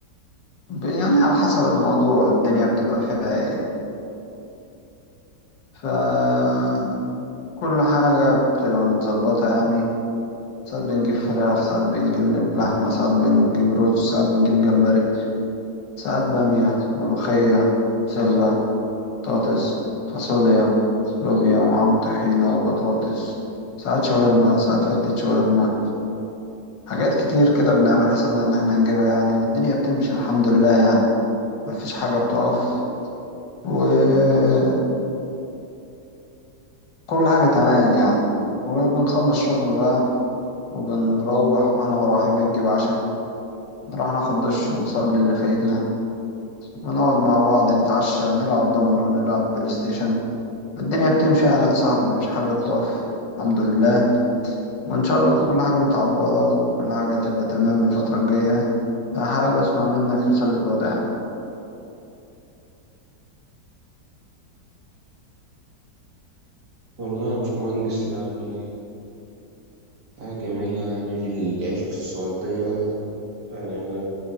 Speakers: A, on the left; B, on the right.
A: ب- يعني على حسب الموضوع الدنيا بتبقى فيها إيه فكل حاجة بتبقى متظبطة يعني ساعات بنجيب فراخ ساعات بنجيب لحمة ساعات بنجيب رز ساعات بنجيب جمبري ساعات بامية ملوخية بسلة بطاطس فاصوليا لوبيا ومعاهم طحينة وبطاطس ساعات شاورما ساعات فتة شاورما حاجات كتير كده بنعمل حسابنا إن احنا نجيبها يعني والدنيا بتمشي الحمد لله يعني مفيش حاجة بتقف وكل حاجة تمام يعني وبنخلص شغل بقى وبنروح واحنا مروحين بنجيب عشاء نروح ناخد دش ونصلي اللي فايتنا ونقعد مع بعض نتعشى نلعب دومينو نلعب بلاي ستيشن الدنيا بتمشي يعني يا صاحبي مفيش حاجة بتقف الحمد لله وإن شاء الله كل حاجة متعوضة وكل حاجة هتبقى تمام الفترة الجاية حابب أسمع منك رسالة وداع
B: والله يا باشمهندس يعني حاجة جميلة يعني العيش في السعودية يعني أنا